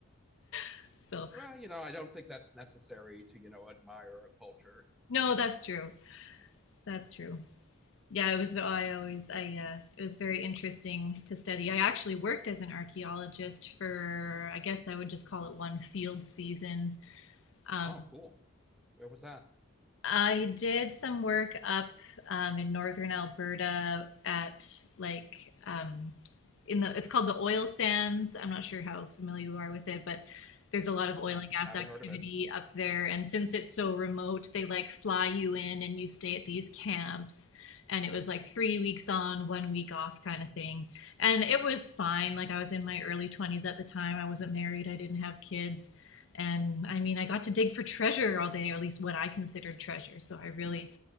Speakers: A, on the left (about 60°); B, in the centre.
A: <laughs> so
B: well you know i don't think that's necessary to you know admire a culture
A: no, that's true. That's true. Yeah, it was. oh, I always. I. Uh, it was very interesting to study. I actually worked as an archaeologist for. I guess I would just call it one field season, um,
B: oh cool where was that
A: I did some work up um, in northern Alberta at like um, in the it's called the oil sands. I'm not sure how familiar you are with it, but there's a lot of oil
B: i um,
A: and gas
B: haven't
A: activity
B: heard of it
A: up there. And since it's so remote, they like fly you in and you stay at these camps. And it was like three weeks on, one week off kind of thing. And it was fine. Like I was in my early 20s at the time. I wasn't married. I didn't have kids. And I mean, I got to dig for treasure all day, or at least what I considered treasure. So I really,